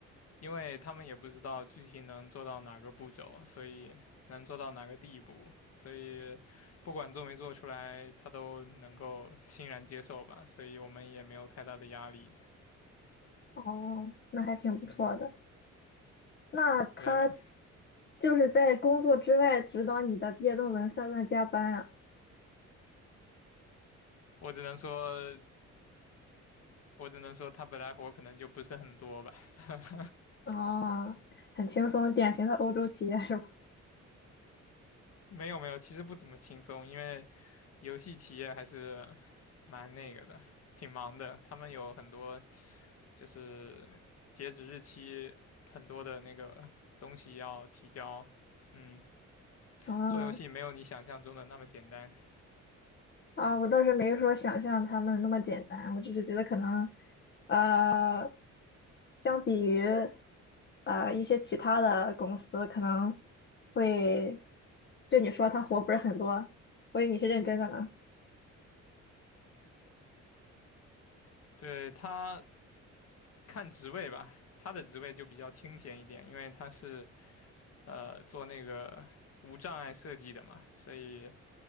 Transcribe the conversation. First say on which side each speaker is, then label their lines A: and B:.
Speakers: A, on the left (about 55°); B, on the left (about 35°).
A: 因为他们也不知道具体能做到哪个步骤，所以能做到哪个地步，所以不管做没做出来，他都能够欣然接受吧，所以我们也没有太大的压力。
B: 哦，那还挺不错的。
A: 嗯，
B: 那他
A: 对，
B: 就是在工作之外指导你的毕业论文，算不算加班啊？
A: 我只能说，我只能说他本来活可能就不是很多吧。<laughs>
B: 哦，很轻松，典型的欧洲企业是吧？
A: 没有没有，其实不怎么轻松，因为游戏企业还是蛮那个的，挺忙的。他们有很多就是截止日期，很多的那个东西要提交。嗯，
B: 哦，
A: 做游戏没有你想象中的那么简单。
B: 啊，我倒是没说想象他们那么简单，我只是觉得可能，呃，相比于呃一些其他的公司，可能会对你说他活不是很多，我以为你是认真的呢。
A: 对，他看职位吧，他的职位就比较清闲一点，因为他是呃做那个无障碍设计的嘛，所以